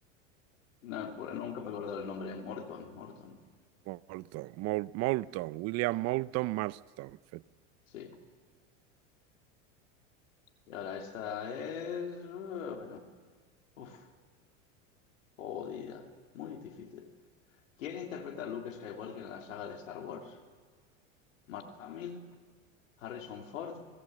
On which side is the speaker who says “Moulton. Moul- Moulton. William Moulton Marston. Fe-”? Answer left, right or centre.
Right